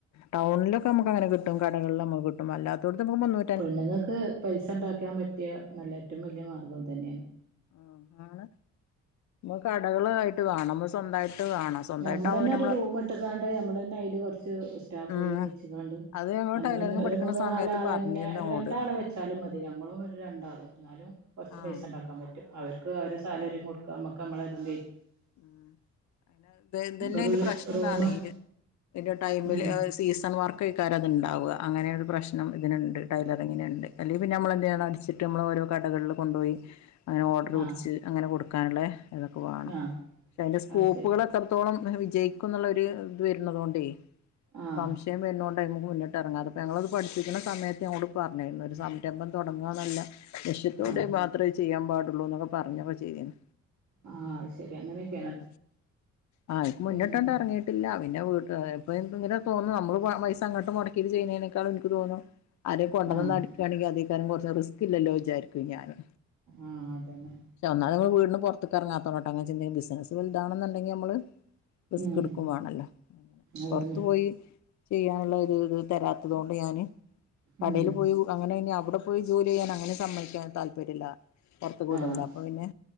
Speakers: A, on the left; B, on the right.
A: ടൗൺലൊക്കെ നമുക്കങ്ങനെ കിട്ടും കടകള്ൽ നമുക് ട്ടുംഅല്ലാത്തോട്ത്ത് നമ്മക്ക്‌ മുന്നൂ
B: പെണ്ണ്ങ്ങക്ക് പൈസണ്ടാക്കാൻ പറ്റിയ നല്ല ഏറ്റവും വല്ല്യ മാർഗ്ഗം ഇതന്നെണ്
A: ആഹ് ആണ് നമുക്ക് കടകളായിട്ട് വേണം നമ്മൾ സ്വന്തമായിട്ട് വേണം സ്വന്തമായിട്ടാകുമ്പോ
B: ഞമ്മളെന്നെ
A: പിന്നെ
B: ഒരു
A: നമ്മള്
B: റൂമ്ട്ട്ക്കാണ്ട് ഞമ്മളെന്നെ അയ്ല് കൊറ ച്ച് സ്റ്റാഫാളീം
A: ഉം
B: വെച്കാണ്ട്
A: അത് ഞങ്ങള്
B: ഞമ്മളെന്നെ
A: ടൈലറിങ്
B: ഒരു
A: പഠിക്കണ
B: മൂന്ന്
A: സമയത്ത്
B: നാലാളെന്നെ
A: പറഞ്ഞിരുന്നു
B: ഒരു
A: ഞങ്ങളോട്
B: രണ്ടാളെ വെച്ചാലും മതി ഞമ്മളും ഒരു രണ്ടാളും ന്നാലും കൊർച്ച് പൈസണ്ട
A: ആഹ്
B: ക്കാം പറ്റും അവർക്ക് അവരെ സാലറിം കൊട്ക്കാ മ്മക്ക് മ്മളെ തും
A: ഉം അയ്നഹ് തെയ് ന്തെന്നെ
B: ഒരു
A: അയ്ന്റെ പ്രശ്നംതാണെയ്
B: റൂമ്
A: അയ്‌ന്റെ ടൈമില്
B: ഉം
A: സീസൺ വർക്കെയ്ക്കാരം അത്ണ്ടാവാ അങ്ങനെയൊര് പ്രശ് നം ഇതിന്ണ്ട് ടൈലറിങ്ങിന്ണ്ട് അല്ലെ പിന്നെ അമ്മളെന്തയ്യണം അടിച്ചിട്ട് നമ്മൾ ഓരോ കടകളിൽ കൊണ്ടോയി അങ്ങനെ ഓർഡർ പുട്ച്ച്
B: ആഹ്
A: അങ്ങനെ കൊടുക്കാന്ള്ളെ ഇതൊക്കെ വാണം
B: ആഹ്
A: ശ്ശെ അയ്ന്റെ സ്കോപ്പുകള്
B: അത് ശരി
A: എത്രത്തോളം വിജയിക്കുംന്നുള്ള ഒരു ത് വരുന്നതോണ്ടേയ്
B: ആഹ്
A: സം ശയം വെര്നോണ്ട് അയ്മ്മക്ക് മുന്നിട്ട്റങ്ങാതെ പ്പൊ ഞങ്ങളത് പഠിപ്പിക്ക്‌ണ സമയത്ത് ഞങ്ങളോട് പറഞ്ഞിരുന്നു ഒര് സംരംഭം തൊടങ്ങാന്നല്ല ലക്ഷ്യത്തോടെ
B: ആഹ്
A: മാത്രെ ആയ് ചെയ്യാൻ പാടുള്ളൂ ന്നൊക്കെ പറഞ്ഞൊക്കെ ചെയ്തിനി
B: ആഹ് അയ് ശരി അങ്ങനെക്കെ
A: ഉം ആഹ് അയ്ക്ക് മുന്ന്ട്ടാണ്ടെർ
B: പിന്നെ
A: ങ്ങിട്ടില്ല പിന്നെ വീട്ട് ഇപ്പ ഇങ്ങനെ തോന്നു അമ്മള് പൈസ അങ്ങോട്ട് മുടക്കിട്ട് ചെയ്യുന്നേനെക്കാളും ഇൻക്ക് തോന്നാ ആരേം കൊണ്ടെന്നെന്ന
B: ആഹ്
A: അടിക്കാണെങ്കി അതേയ്ക്കാരംകൊർച് റിസ്ക് ല്ലല്ലോ വിചാരിക്കും ഞാന്
B: ആഹ് അതന്നെ
A: ക്ഷേ ഒന്നാമതമ്മള് വീടിന് പൊർത്ത്ക്കെറങ്ങാത്തോണ്ടാട്ടോ അങ്ങെ ചിന്തിക്ക്‌ന്ന് ബിസിനസ് വൽതാവണന്ന്ണ്ടെങ്കി നമ്മള് റിസ്ക്ക്‌ട്ക്കും
B: ഉം
A: വേണല്ലോ
B: അതന്നെ
A: പൊർത്ത് പോയി ചെയ്യാന്ള്ള ഒര് രു തരാത്തതോണ്ട് ഞാന് കടേൽ
B: ഉം
A: പോയി അങ്ങനെ അയ്‌ന് അവിടെ പോയി ജോലി ചെയ്യാൻ അങ്ങനെ സമ്മയ്ക്കാൻ താല്പര്യല്ല പൊർത്ത്ക്ക് വിടൂല
B: ആഹ്
A: അപ്പൊ പിന്നെ